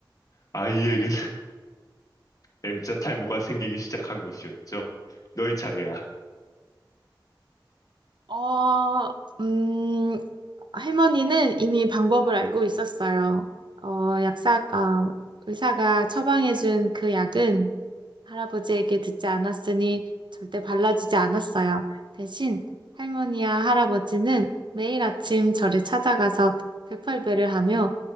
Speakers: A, on the left; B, on the right.
A: 아이에게 M자 탈모가 생기기 시작한 것이었죠. 너희 차례야.
B: 어, 음, 할머니는 이미 방법을 알고 있었어요. 어, 약사, 어, 의사가 처방해준 그 약은 할아버지에게 듣지 않았으니 절대 발라주지 않았어요. 대신 할머니와 할아버지는 매일 아침 저를 찾아가서 백팔배를 하며